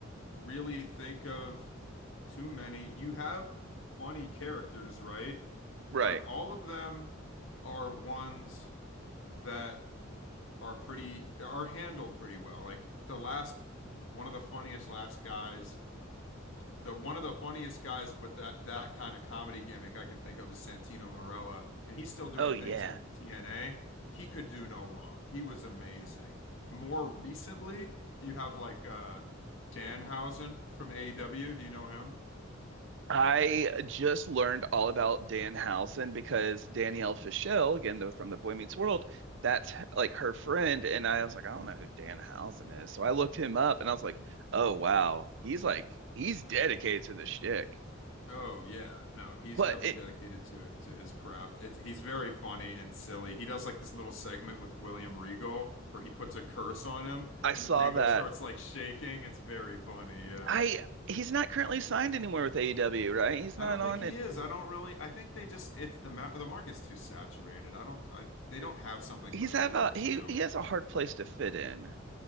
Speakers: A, on the left (about 70°); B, on the right (about 65°).
A: really think of too many. You have funny characters, right?
B: Right.
A: but all of them are ones that are pretty are handled pretty well. Like the last one of the funniest last guys, the one of the funniest guys with that that kind of comedy gimmick I can think of is Santino Marella, and he's still doing
B: Oh yeah.
A: things in TNA. He could do no wrong. He was amazing. More recently, you have like uh Danhausen from AEW. Do you know him?
B: I just learned all about Dan Housen because Danielle Fischel, again, though from the Boy Meets World, that's like her friend. And I was like, I don't know who Dan Housen is. So I looked him up and I was like, oh wow. He's like he's dedicated to the shtick.
A: Oh yeah, no, he's
B: But
A: definitely
B: it,
A: dedicated to to his craft. It's he's very funny and silly. He does like this little segment with William Regal where he puts a curse on him
B: I
A: and
B: saw
A: Regal
B: that
A: starts like shaking. It's very funny. Yeah.
B: I he's not currently signed anywhere with AEW, right? He's
A: I
B: not
A: don't think
B: on
A: he
B: it.
A: is. I don't really. I think they just it's the ma the market's too saturated. I don't I they don't have something
B: He's
A: for everyone
B: have a
A: to
B: he
A: do.
B: he has a hard place to fit in.